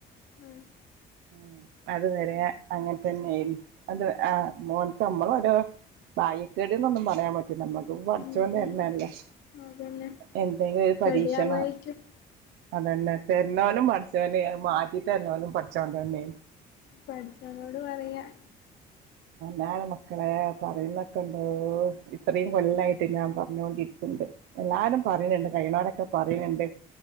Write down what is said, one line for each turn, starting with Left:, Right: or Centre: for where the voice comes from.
Left: ആഹ്
Right: ഉ അത് വരെ അങ്ങനെ തന്നെയായി അത് ആഹ മോൻക്ക് നമ്മളൊരോ തായിക്കേടന്ന്ഒന്നും പറയാൻ പറ്റി നമ്മുക്ക് പഠിച്ചൊൻ
Left: ഉം
Right: തരുന്നല്ലേ-
Left: ഉം അതന്നെ
Right: എന്തെങ്കിലും ഒരു പരീക്ഷണാ-
Left: റെഡി ആവായിരിക്കും
Right: അതന്നെ തരന്നോലും പഠച്ചോന മാറ്റി തരന്നോലും പഠച്ചോ- ച്ചോൻ തന്നെ
Left: പടച്ചോനോട് പറയാ-
Right: താണ് മക്കളെ പറയുന്നക്കണ്ടോ ഇത്രയും കൊല്ലായിട്ട് ഞാൻ പറഞ്ഞോണ്ടിരിക്കുണ്ട് എല്ലാരും പറയുന്നുണ്ട് കഴിയണവരൊക്കെ പറയുന്നുണ്ട്